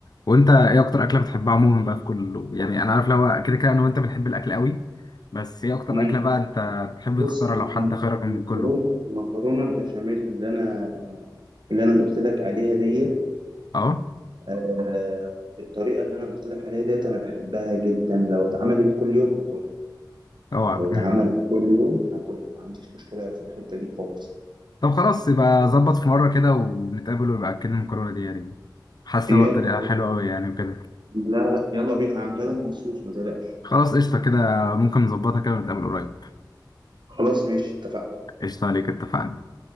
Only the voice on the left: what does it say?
وانت ايه اكتر اكله بتحبها عموما بقى في كله يعني انا عارف لو كده كده انا وانت بنحب الاكل قوي بس ايه اكتر
اكله بقى انت تحب
تختارها لو حد
خيرك من
كله
اه
اوعى
<laughs>
طب خلاص يبقى ظبط في مرة كده ونتقابل ويبقى أكلنا المكرونة دي يعني حاسس
هو الطريقة حلوة أوي يعني وكده
خلاص قشطة كده ممكن نظبطها كده ونتقابل قريب
قشطة عليك اتفقنا